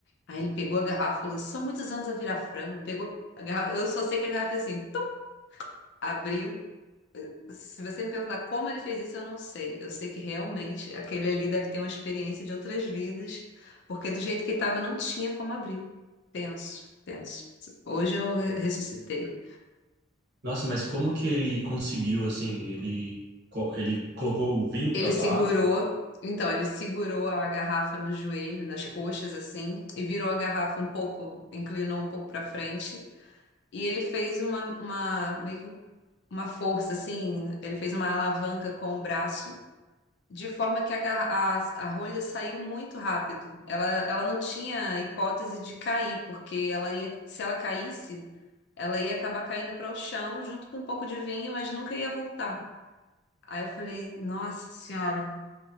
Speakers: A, on the left (about 55°); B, on the right (about 50°).
A: Aí ele pegou a garrafa e falou, são muitos anos a virar frango, pegou a garrafa, eu só sei que a garrafa é assim, tum, abriu, se você me perguntar como ele fez isso, eu não sei. Eu sei que realmente aquele ali deve ter uma experiência de outras vidas, porque do jeito que estava não tinha como abrir. Tenso, tenso. Hoje eu re- ressuscitei.
B: Nossa, mas como que ele conseguiu, assim, ele, co- ele colocou o vinho
A: Ele
B: para baixo?
A: segurou, então, ele segurou a garrafa no joelho, nas coxas, assim, e virou a garrafa um pouco, inclinou um pouco para frente, e ele fez uma, uma, meio que uma força, assim, ele fez uma alavanca com o braço. de forma que a, gar- a, a rolha saiu muito rápido. Ela, ela não tinha hipótese de cair, porque ela ia, se ela caísse, ela ia acabar caindo para o chão junto com um pouco de vinho, mas nunca ia voltar. Aí eu falei, nossa senhora,